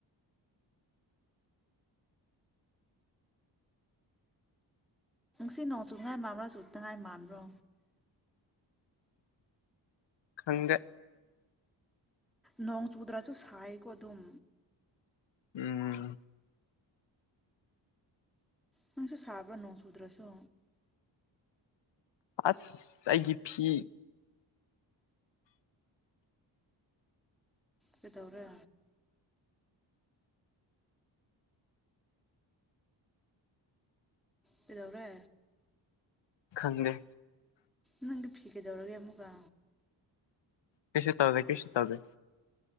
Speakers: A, in the centre; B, on the left.
A: ꯁꯤ ꯅꯣꯡ ꯆꯨꯉꯥꯏ ꯃꯥꯟꯕ꯭ꯔꯥ ꯆꯨꯗꯉꯥꯏ ꯃꯥꯟꯕ꯭ꯔꯣ
B: ꯈꯪꯗꯦ
A: ꯅꯣꯡ ꯆꯨꯗ꯭ꯔꯥꯁꯨ ꯁꯥꯏꯀꯣ ꯑꯗꯨꯝ
B: ꯎꯝ
A: ꯅꯪꯁꯨ ꯁꯥꯕ꯭ꯔꯥ ꯅꯣꯡ ꯆꯨꯗ꯭ꯔꯁꯨ
B: ꯑꯁ ꯑꯩꯒꯤ ꯐꯤ
A: ꯀꯩꯗꯧꯔꯦ ꯀꯩꯗꯧꯔꯦ
B: ꯈꯪꯗꯦ
A: ꯅꯪꯗꯤ ꯐꯤ ꯀꯩꯗꯧꯔꯒꯦ ꯑꯃꯨꯛꯀ
B: ꯀꯦꯁꯨ ꯇꯧꯗꯦ ꯀꯦꯁꯨ ꯇꯧꯗꯦ